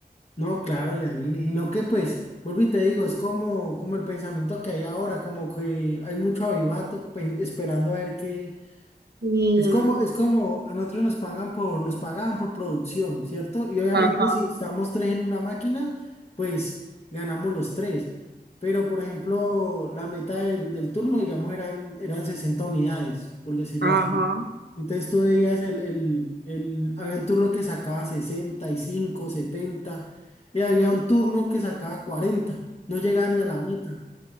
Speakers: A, on the left (about 40°); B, on the right (about 80°).
A: No, claro, Janine, y no que pues, vuelvo y te digo, es como, como el pensamiento que hay ahora, como que hay mucho avivato pen- esperando a ver qué.
B: sí
A: Es como, es como a nosotros nos pagan por, nos pagaban por producción, ¿cierto? Y obviamente
B: ajá,
A: si estamos tres en una máquina, pues ganamos los tres. Pero, por ejemplo, la meta del, del turno, digamos, eran, eran 60 unidades, por decirlo
B: ajá.
A: así. Entonces tú veías el, el, el, había un turno que sacaba 65 70 y había un turno que sacaba cuarenta No llegaba ni a la meta.